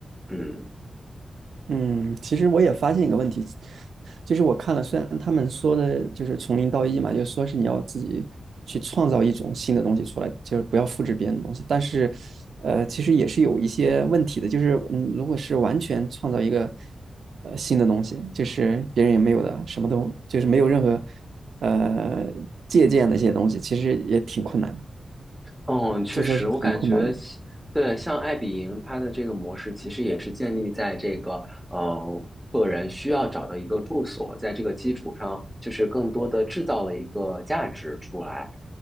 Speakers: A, in the centre; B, on the right (about 80°).
A: 嗯。
B: 嗯，其实我也发现一个问题，就是我看了，虽然他们说的就是从零到一嘛，就是说是你要自己去创造一种新的东西出来，就是不要复制别人的东西，但是，呃，其实也是有一些问题的，就是嗯，如果是完全创造一个呃新的东西，就是别人也没有的，什么都就是没有任何呃借鉴的一些东西，其实也挺困难的，
A: 嗯，确实，
B: 就说是很困难的，
A: 我感觉西对，像爱彼迎它的这个模式，其实也是建立在这个呃个人需要找到一个住所，在这个基础上，就是更多的制造了一个价值出来。